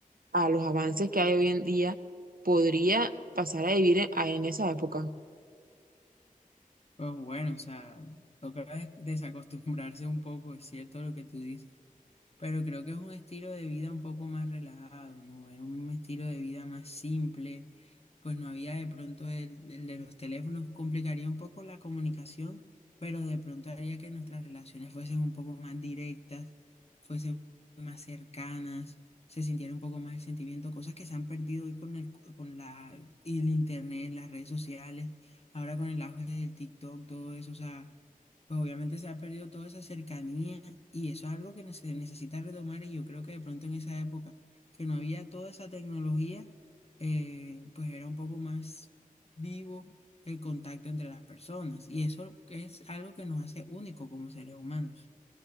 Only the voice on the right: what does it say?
a los avances que hay hoy en día, podría pasar a vivir en, a- en esa época?